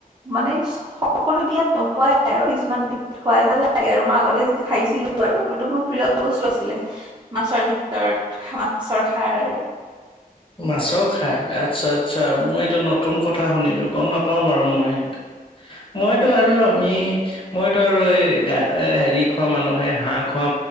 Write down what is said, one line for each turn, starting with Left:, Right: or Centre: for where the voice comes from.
Right: মানে সকলো বিয়াত নোহোৱাই আৰু কিছুমান বি। খুৱাই ভাল লাগে আৰু মই আগতে যেটো খাইছিলো আৰু এইটো মোৰ প্ৰিয় বস্তু আছিলে মাছৰ ভিতৰত। মাছৰ সাৰ আৰু।
Left: মাছৰ খাই আচ্ছা আচ্ছা মই এইটো নতুন কথা শুনিলো। গম নাপাওঁ বাৰু মই সেইটো। মইতো আৰু আমি মইতো আৰু এই গা এ হেৰি খোৱা মানুহে হাঁহ খোৱা।